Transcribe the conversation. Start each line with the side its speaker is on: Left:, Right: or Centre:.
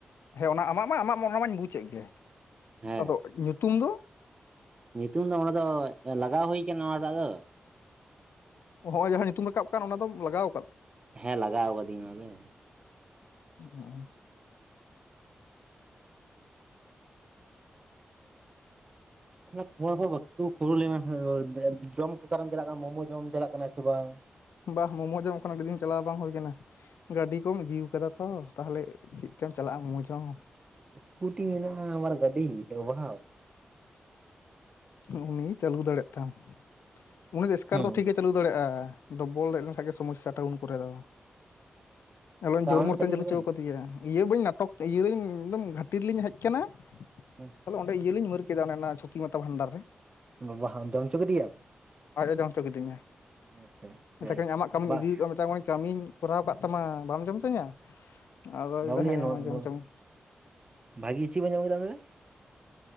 Left: ᱦᱮᱸ ᱚᱱᱟ ᱟᱢᱟᱜ ᱢᱟ ᱟᱢᱟᱜ ᱢᱟ ᱚᱱᱟ ᱢᱟᱧ ᱵᱩᱡᱮᱫ ᱜᱮ,
Right: ᱦᱮᱸ
Left: ᱟᱫᱚ ᱧᱩᱛᱩᱢ ᱫᱚ?
Right: ᱧᱩᱛᱩᱢ ᱫᱚ ᱚᱸᱰᱮ ᱫᱚ ᱞᱟᱜᱟᱣ ᱦᱩᱭ ᱠᱟᱱᱟ ᱚᱱᱟᱴᱟᱜ ᱫᱚ᱾
Left: ᱦᱚᱸᱜ-ᱚᱭ ᱡᱟᱦᱟᱸ ᱧᱩᱛᱩᱢ ᱨᱟᱠᱟᱵ ᱠᱟᱱ ᱚᱱᱟ ᱫᱚᱢ ᱞᱟᱜᱟᱣ ᱠᱟᱫᱼᱟ?
Right: ᱦᱮᱸ ᱞᱟᱜᱟᱣ ᱟᱠᱟᱫᱤᱧ ᱱᱚᱣᱟᱜᱮ᱾
Left: ᱦᱩᱸ᱾
Right: <unintelligible> ᱵᱟᱠᱤ ᱠᱚ <unintelligible> ᱡᱚᱢ ᱚᱠᱟᱨᱮᱢ ᱪᱟᱞᱟᱜ ᱠᱟᱱᱟ ᱢᱳᱢᱳ ᱡᱚᱢ ᱪᱟᱞᱟᱜ ᱠᱟᱱᱟ ᱥᱮ ᱵᱟᱝ?
Left: ᱵᱟᱜ ᱢᱳᱢᱳ ᱡᱚᱢ ᱠᱚ ᱟᱹᱰᱤ ᱫᱤᱱ ᱪᱟᱞᱟᱣ ᱵᱟᱝ ᱦᱩᱭ ᱠᱟᱱᱟ, ᱜᱟᱹᱰᱤ ᱠᱚᱢ ᱤᱫᱤᱠᱟᱫᱟ ᱛᱚ ᱛᱟᱦᱚᱞᱮ ᱪᱮᱫ ᱛᱮᱢ ᱪᱟᱞᱟᱜᱼᱟ ᱢᱳᱢᱳ ᱡᱚᱢ᱾
Right: ᱤᱥᱠᱩᱴᱤ ᱢᱮᱱᱟᱜᱼᱟ, ᱟᱵᱟᱨ ᱜᱟᱹᱰᱤ ᱚᱵᱷᱟᱵᱽ
Left: ᱦᱩᱹᱜ ᱩᱱᱤ ᱪᱟᱹᱞᱩ ᱫᱟᱲᱮᱭᱟᱜ ᱛᱟᱢ, ᱩᱱᱤ ᱫᱚ ᱮᱥᱠᱟᱨ
Right: ᱦᱮᱸ
Left: ᱫᱚ ᱴᱷᱤᱠ ᱜᱮ ᱪᱟᱹᱞᱩ ᱫᱟᱲᱮᱭᱟᱜᱼᱟ ᱰᱚᱵᱚᱞ ᱫᱮᱡ ᱞᱮᱱᱠᱷᱟᱡ ᱜᱮ ᱥᱚᱢᱚᱥᱥᱟ ᱴᱟᱣᱩᱱ ᱠᱚᱨᱮ ᱫᱚ᱾ ᱟᱧᱞᱳᱜ
Right: ᱜᱚᱴᱟ
Left: ᱡᱳᱨ
Right: ᱟᱢ
Left: ᱢᱚᱨᱛᱮᱧ
Right: ᱪᱟᱹᱞᱩ
Left: ᱪᱟᱞ
Right: ᱜᱮ
Left: ᱦᱚᱪᱚ
Right: ᱵᱟᱝ?
Left: ᱠᱟᱫᱮᱭᱟ ᱤᱭᱟᱹ ᱵᱟᱹᱧ ᱱᱟᱴᱚᱠ ᱤᱭᱟᱹᱧ ᱮᱠᱫᱚᱢ ᱜᱷᱟᱹᱴᱤ ᱨᱮᱞᱤᱧ ᱦᱮᱡ ᱟᱠᱟᱱᱟ
Right: ᱦᱩᱸ
Left: ᱛᱟᱦᱚᱞᱮ ᱚᱸᱱᱰᱮ ᱤᱭᱟᱹ ᱞᱤᱧ ᱢᱟᱹᱨ ᱠᱮᱫᱟ ᱚᱱᱟ ᱥᱩᱛᱤ ᱢᱟᱛᱟ ᱵᱷᱟᱱᱰᱟᱨ ᱨᱮ,
Right: ᱵᱟᱵᱟᱦ ᱡᱚᱢ ᱦᱚᱪᱚ ᱠᱮᱫᱮᱭᱟᱢ?
Left: ᱟᱡ ᱮ ᱡᱚᱢ ᱦᱚᱪᱚ ᱠᱤᱫᱤᱧᱟ,
Right: ᱟᱪᱪᱷᱟ
Left: ᱢᱮᱛᱟᱭ
Right: ᱡᱟᱭᱦᱳᱠ
Left: ᱠᱟᱹᱱᱟᱹᱧ ᱟᱢᱟᱜ ᱠᱟᱹᱢᱤᱧ
Right: ᱵᱟ
Left: ᱤᱫᱤ ᱟᱠᱟᱫ ᱢᱮᱛᱟᱢ ᱠᱟᱱᱟᱧ ᱠᱟᱹᱢᱤᱧ ᱠᱚᱨᱟᱣ ᱠᱟᱜ ᱛᱟᱢᱟ ᱵᱟᱢ ᱡᱚᱢ ᱦᱚᱪᱚᱧᱟ? ᱟᱫᱚᱭ
Right: ᱵᱟᱢ
Left: ᱢᱮᱱᱫᱟ
Right: ᱞᱟᱹᱭ
Left: ᱦᱮᱸ
Right: ᱱᱚ
Left: ᱢᱟ ᱡᱚᱢ
Right: ᱱᱩ
Left: ᱦᱚᱪᱚ ᱢᱮ
Right: ᱵᱷᱟᱜᱤ ᱪᱮᱫ ᱵᱤᱱ ᱡᱚᱢ ᱠᱮᱫᱟ ᱚᱰᱮ?